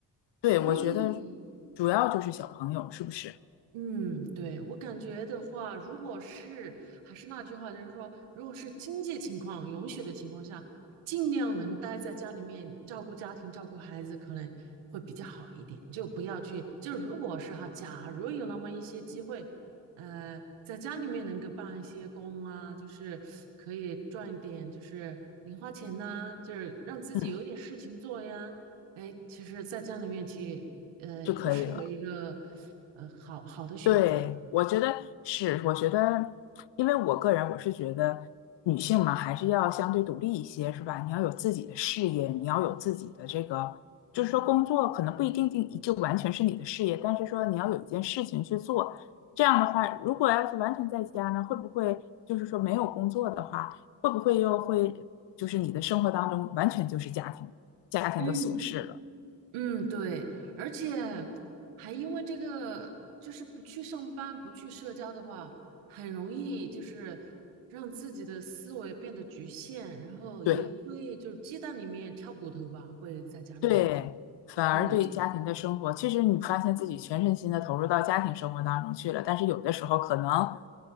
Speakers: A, on the left; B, on the right.
A: 对，
B: 所以，
A: 我觉得主要就是小朋友是不是？
B: 嗯，对，我感觉的话，如果是还是那句话，就是说，如果是经济情况允许的情况下，尽量能待在家里面照顾家庭、照顾孩子，可能会比较好一点。就不要去，就如果是哈，假如有那么一些机会，呃，在家里面能够办一些工啊，就是可以赚一点，就是零花钱呐、就是让自己有点事情做呀。
A: 嗯，
B: 哎，其实在家里面去。呃，
A: 就可以了。
B: 不失为一个呃好好的选择。
A: 对，我觉得是，我觉得，因为我个人我是觉得女性嘛，还是要相对独立一些，是吧？你要有自己的事业，你要有自己的这个，就是说工作可能不一定定就完全是你的事业，但是说你要有一件事情去做。这样的话，如果要是完全在家呢，会不会就是说没有工作的话，会不会又会就是你的生活当中完全就是家庭，家庭的琐事了？
B: 嗯嗯，对，而且还因为这个，就是不去上班、不去社交的话，很容易就是让自己的思维变得局限，然后也会就是鸡蛋里面挑骨头吧，
A: 对，
B: 会在家里面
A: 对，反而对家庭的生活，
B: 钻牛角
A: 其实你发现自己全身心的投入到家庭生活当中去了，但是有的时候可能